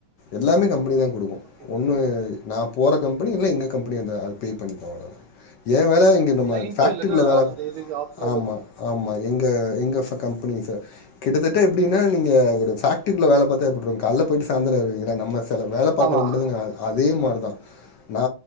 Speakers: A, on the left; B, on the right.
A: எல்லாமே கம்பெனிதா குடுக்கு
B: ஓகே
A: ஒன்னு நா போற கம்பெனி இல்ன்னா எங்க கம்பெனி வந்து அது பே பண்ணிக்கு அவ்ளோதா ஏ வேல இங்க நம்ம
B: கிளைண்ட்
A: ஃபேக்ட்ரிகுள்ள
B: இல்லன்னா
A: வேல
B: அந்த இதுக்கு ஆப்ஷோர்ல
A: ஆமா ஆமா எங்க எங்க ஃப கம்பெனிஸ்ஸ கிட்டத்தட்ட எப்டினா நீங்க ஒரு ஃபேக்ட்ரிகுள்ள வேல பாத்த எப்டி இருக்கு கால போயிட்டு சாயந்த்ரோ வருவிங்ள என்னா நம்ம வேல பாக்றமுட்டுதா
B: ஆமா
A: நா அதே மாறிதா நா